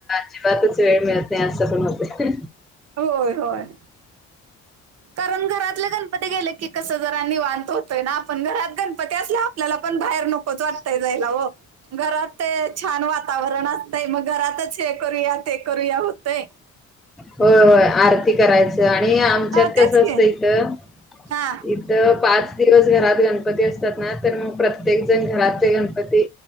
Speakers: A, in the centre; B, on the right.
A: अजिबातच वेळ मिळत नाही असं पण होतय.
B: होय होय कारण घरातले गणपती गेले की, कसं जरां निवांत होतोय ना आपण घरात गणपती असल्या आपल्याला पण बाहेर नकोच वाटताय जायला हो घरात ते छान वातावरण असतंय मग घरातच हे करूया ते करूया होतंय
A: होय होय आरती करायचं आणि आ.. आमच्यात
B: हा तेच
A: कसं असतंय
B: की
A: इथं,
B: हा
A: इथं पाच दिवस घरात गणपती असतात ना तर मग प्रत्येक जण घरात ते गणपती